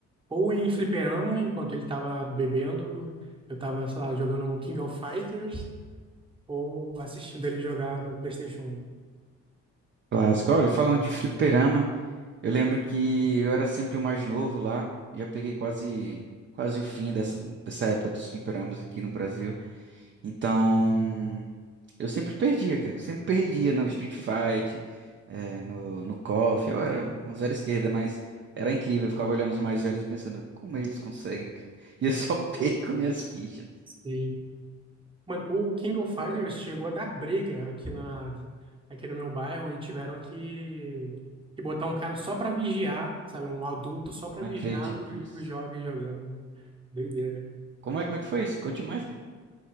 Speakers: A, on the right; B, on the right.
A: ou em fliperama, enquanto ele tava bebendo, eu tava, sei lá, jogando King of Fighters, ou assistindo ele jogar no PlayStation.
B: Clássico. Olha, falando de fliperama, eu lembro que eu era sempre o mais novo lá. Já peguei quase, quase o fim dessa, dessa época dos fliperamas aqui no Brasil. Então. Eu sempre perdia, cara. Sempre perdia no Street Fight, eh, no, no KOF. Eu era um zero esquerda, mas era incrível. Eu ficava olhando os mais velhos e pensando, como eles conseguem, cara? <laughs> E eu só <laughs> perco minhas fichas.
A: Sim. Mano, o King of Fighters chegou a dar briga aqui na aqui no meu bairro e tiveram que, que botar um cara só pra vigiar, sabe? Um adulto só pra
B: Não
A: vigiar
B: acredito
A: os,
B: nisso.
A: os jovens jogando. né? Doideira.
B: Como é, como é que foi isso? Conte mais, cara.